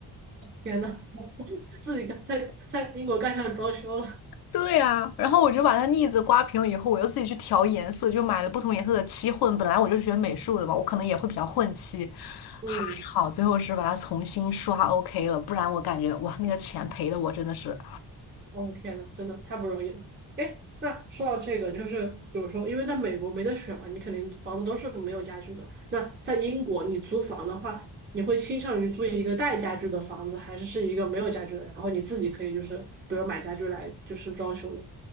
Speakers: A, on the right; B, on the left.
A: 天呐，<laughs> 自己干在在英国干上装修了。
B: 对呀、然后我就把它腻子刮平了以后，我又自己去调颜色，就买了不同颜色的漆混。本来我就学美术的嘛，我可能也会比较混漆，
A: 嗯
B: 还好最后是把它重新刷 OK 了，不然我感觉哇，那个钱赔的我真的是，
A: 哦，天呐，真的太不容易了。哎，那说到这个，就是比如说，因为在美国没得选嘛，你肯定房子都是没有家具的。那在英国，你租房的话，你会倾向于租一个带家具的房子，还是是一个没有家具的，然后你自己可以就是比如买家具来就是装修的？